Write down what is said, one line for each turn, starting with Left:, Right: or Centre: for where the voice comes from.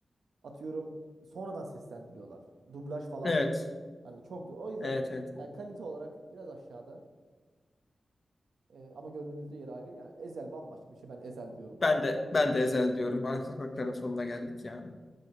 Right: atıyorum sonradan seslendiriyorlar. Dublaj falan.
Left: Evet.
Right: Hani çok o yüzden
Left: Evet evet.
Right: yani kalite olarak biraz aşağıda. Ee, ama gönlümüzde yeri ayrı. Yani Ezel bambaşka bir şey. Ben Ezel diyorum kanka.
Left: Ben de ben de Ezel diyorum. Arka sokakların sonuna geldik ya.